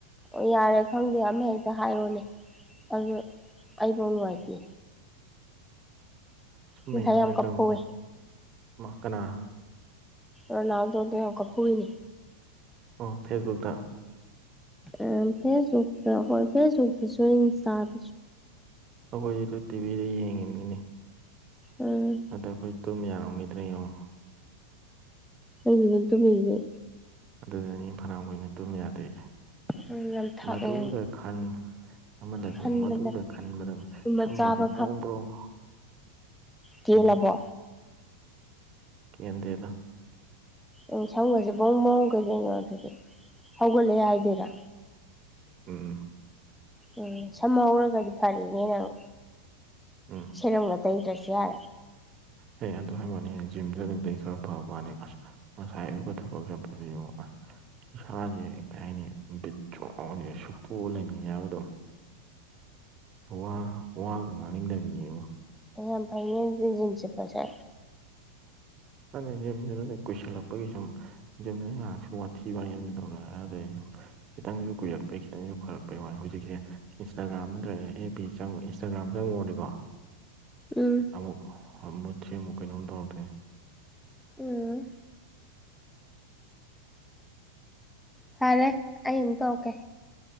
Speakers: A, in the centre; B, on the right (about 30°).
A: ꯑꯣ ꯌꯥꯔꯦ ꯈꯪꯗꯦ ꯑꯃ ꯍꯦꯛꯇ ꯍꯥꯏꯔꯣꯅꯦ ꯑꯗꯨ ꯑꯩꯐꯧ ꯅꯨꯡꯉꯥꯏꯇꯦ
B: ꯆꯨꯝꯃꯦ
A: ꯉꯁꯥꯏ
B: ꯅꯨꯡꯉꯥꯏꯐꯝ
A: ꯌꯥꯝ ꯀꯞꯐꯧꯋꯦ
B: ꯃ ꯀꯅꯥ
A: ꯔꯣꯅꯜꯗꯣꯗꯣ ꯌꯝ ꯀꯞꯐꯧꯋꯤꯅꯦ
B: ꯑꯣ ꯐꯦꯁꯕꯨꯛꯇ
A: ꯑꯥ ꯐꯦꯁꯕꯨꯛꯇ ꯍꯣꯏ ꯐꯦꯁꯕꯨꯛꯇꯁꯨ ꯏꯟꯁꯇꯥ
B: ꯑꯩꯈꯣꯏꯗꯤ ꯑꯗꯨ ꯇꯤꯚꯤꯗ ꯌꯦꯡꯉꯤꯝꯅꯤꯅꯦ
A: ꯎꯝ
B: ꯑꯗ ꯑꯩꯈꯣꯏ ꯇꯨꯝ ꯌꯥꯔꯝꯈꯤꯗ꯭ꯔ ꯌꯦꯉꯣ
A: ꯅꯪꯗꯤ ꯑꯗꯨꯝ ꯇꯨꯝꯃꯤꯗꯨꯗꯤ
B: ꯑꯗꯨꯗꯅꯤ ꯐꯅꯤꯌꯥꯝ ꯀꯨꯏꯅ ꯇꯨꯝ ꯌꯥꯗꯤꯁꯦ
A: ꯎꯝ ꯌꯥꯝ ꯊꯥꯛꯑꯦ
B: ꯃꯗꯨꯗ ꯈꯟ ꯑꯃ ꯂꯩꯕ
A: ꯈꯟꯕꯗ
B: ꯃꯗꯨꯗ ꯈꯟꯕꯗ
A: ꯇꯨꯝꯕ
B: ꯁꯝꯒꯁꯦ
A: ꯆꯥꯕ
B: ꯄ꯭ꯔꯣꯡ ꯄ꯭ꯔꯣꯡ
A: ꯇꯦꯜꯂꯕꯣ
B: ꯎꯝ ꯀꯦꯟꯗꯦꯗ
A: ꯎꯝ ꯁꯝ ꯒꯁꯦ ꯕꯣꯡ ꯕꯣꯡ ꯀꯩꯗꯧꯅꯣ ꯑꯗꯨꯗꯤ ꯍꯧꯒꯠꯂꯛꯑꯦ ꯍꯥꯏꯗꯣꯏꯔꯥ
B: ꯎꯝ
A: ꯎꯝ ꯁꯝꯍꯧꯔꯒꯗꯤ ꯐꯔꯦꯅꯦ ꯅꯪ
B: ꯎꯝ
A: ꯁꯦꯔꯒ ꯇꯩꯗ꯭ꯔꯁꯨ ꯌꯥꯔꯦ
B: ꯍꯦ ꯑꯗꯨ ꯍꯥꯏꯕꯋꯅꯦ ꯖꯤꯝ ꯆꯠꯂꯨꯕꯗꯩ ꯈꯔ ꯐꯕꯋꯅꯤ ꯑꯁ ꯉꯁꯥꯏ ꯑꯌꯨꯛꯀ ꯊꯕꯛ ꯆꯠꯄꯗꯣ ꯌꯦꯡꯉꯣ ꯑꯁ ꯏꯁꯥꯁꯦ ꯀꯩ ꯍꯥꯏꯅꯤ ꯕꯤꯠ ꯁꯨꯡꯌꯎ ꯌꯎꯗꯦ ꯁꯨꯛꯇꯣꯛꯑ ꯂꯩꯅꯤꯡꯉꯦꯕ ꯑꯗꯨꯝ ꯋꯥ ꯋꯥꯒ ꯉꯡꯅꯤꯡꯗꯕꯤꯅꯦꯕꯣ
A: ꯌꯥꯝꯐꯩꯅꯦ ꯑꯗꯨꯗꯤ ꯖꯤꯝ ꯆꯠꯄꯁꯦ
B: ꯈꯪꯗꯦ ꯖꯤꯝꯁꯨꯇꯦ ꯀꯨꯏꯁꯤꯜꯂꯛꯄꯒꯤ ꯁꯨꯝ ꯖꯤꯝꯗꯁꯨ ꯉꯥꯏꯍꯛꯁꯨ ꯋꯥꯊꯤ ꯋꯥꯔꯦꯝ ꯇꯧꯅꯔꯩ ꯈꯤꯇꯪꯁꯨ ꯀꯨꯏꯔꯛꯄꯩ ꯈꯤꯇꯪꯁꯨ ꯐꯔꯛꯄꯩ ꯋꯅꯤ ꯍꯧꯖꯤꯛꯁꯦ ꯏꯟꯁꯇꯥꯒ꯭ꯔꯥꯝ ꯅꯠꯇ꯭ꯔꯒ ꯑꯦꯞ ꯕꯤ ꯏꯟꯁꯇꯥꯒ꯭ꯔꯥꯝ ꯆꯪꯉꯨꯔꯗꯤꯀꯣ
A: ꯎꯝ
B: ꯑꯃꯨꯛ ꯃꯨꯠꯁꯦ ꯑꯃꯨꯛ ꯀꯩꯅꯣꯝ ꯇꯧ꯭ꯔꯛꯇꯣꯏꯅꯤ
A: ꯎꯝ ꯐꯔꯦ ꯑꯩꯃꯨꯛ ꯇꯧꯔꯛꯀꯦ